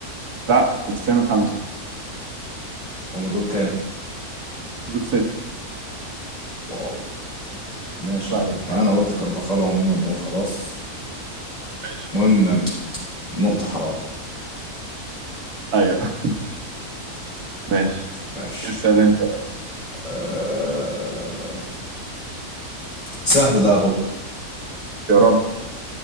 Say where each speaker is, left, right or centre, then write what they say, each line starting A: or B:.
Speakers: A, on the right (about 80°); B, on the left (about 25°).
A: لا كريستيانو خمسه
B: هم دول كام
A: دول ست
B: واو ماشي
A: كده
B: يا
A: عليك
B: عم
A: يعني
B: انا قلت كارفاخال عموما وخلاص
A: ماشي
B: المهم نقطة حرام
A: ايوه ماشي
B: ماشي
A: اسال انت بقى
B: أه سهل ده اهو
A: يا رب